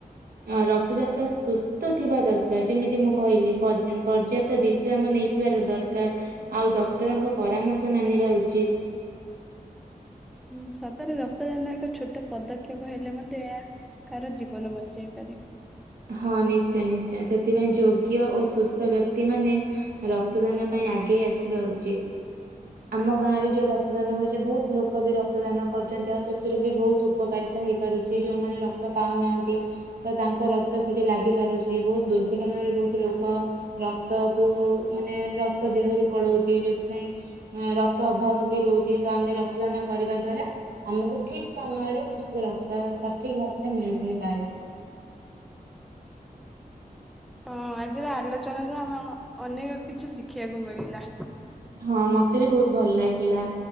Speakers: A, on the right; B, in the centre.
A: ଅ ରକ୍ତଦାତା ସୁସ୍ଥ ଥିବା ଦରକାର ଯେମିତି ମୁଁ କହିଲି ପଯ୍ୟ ପର୍ଯ୍ୟାପ୍ତ ବିଶ୍ରାମ ନେଇଥିବାର ଦରକାର ଆଉ ଡକ୍ଟରଙ୍କ ପରାମର୍ଶ ମାନିବା ଉଚିତ।
B: ହଁ ସତରେ ରକ୍ତଦାନ ଏକ ଛୋଟ ପଦକ୍ଷେପ ହେଲେ ମଧ୍ୟ ଏହା କାହାର ଜୀବନ ବଞ୍ଚେଇ ପାରେ।
A: ହଁ ନିଶ୍ଚୟ ନିଶ୍ଚୟ ସେଥିପାଇଁ ଯୋଗ୍ୟ ଓ ସୁସ୍ଥ ବ୍ୟକ୍ତି ମାନେ ରକ୍ତଦାନ ପାଇଁ ଆଗେଇ ଆସ୍ ଉଚିତ୍। ଆମ ଗାଁ ରେ ଯୋଉ ରକ୍ତଦାନ ହଉଛି ବହୁତ୍ ଲୋକ ବି ରକ୍ତଦାନ କରୁଛନ୍ତି ଆଉ ସେଥିରୁ ବି ବହୁତ୍ ଉପକାରିତା ହେଇପାରୁଛି ଯୋଉମାନେ ରକ୍ତ ପାଉନାହାନ୍ତି ତ ତାଙ୍କ ରକ୍ତ ସେଠି ଲାଗି ପାରୁଛି ବହୁତ୍ ଦୁର୍ଘଟଣାରେ ବହୁତ୍ ଲୋକ ରକ୍ତ କୁ ମାନେ ରକ୍ତ ଦେହରୁ ପଲଉଛି ଯଉଥିପାଇଁ ରକ୍ତ ଅଭାବ ବି ରହୁଛି ତ ଆମେ ରକ୍ତଦାନ କରିବା ଦ୍ଵାରା ଆମକୁ ଠିକ୍ ସମୟରେ ଆମକୁ ରକ୍ତ ସଠିକ୍ ମାନେ ମିଳି ଥାଇ ପାରେ।
B: ହଁ ଆଜିର ଆଲୋଚନା ରୁ ଆମେ ଅନେକ କିଛି ଶିଖିବାକୁ ମିଳିଲା।
A: ହଁ ମତେ ବି ବହୁତ୍ ଭଲ ଲାଗିଲା।